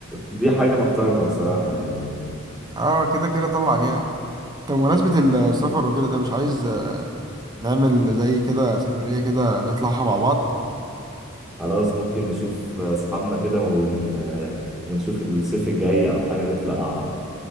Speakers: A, in the centre; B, on the right.
A: دي حاجه محترمه بصراحه يعني
B: اه كده كده طبعا يعني طب بمناسبة السفر وكده ده مش عايز نعمل زي كده سفرية كده نطلعها مع بعض
A: خلاص ممكن نشوف اصحابنا كده ون... ونشوف الصيف الجاي او حاجه نطلع